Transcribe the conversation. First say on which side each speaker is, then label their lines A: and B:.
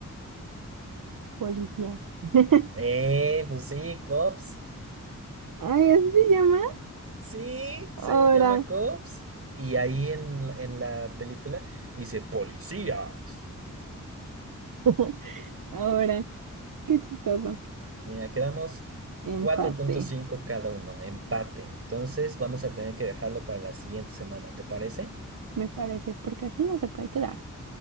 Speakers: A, on the right; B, on the right.
A: Policía. <laughs>
B: eh, pues sí, Cops.
A: Ay, así se llama.
B: Sí,
A: Ahora,
B: se llama Cops. Y ahí en, la- en la película dice policías.
A: <laughs> ahora, qué chistoso.
B: Mira, quedamos
A: Empate,
B: cuatro punto cinco cada uno, empate. Entonces, vamos a tener que dejarlo para la siguiente semana, ¿te parece?
A: me parece, porque así no se puede quedar.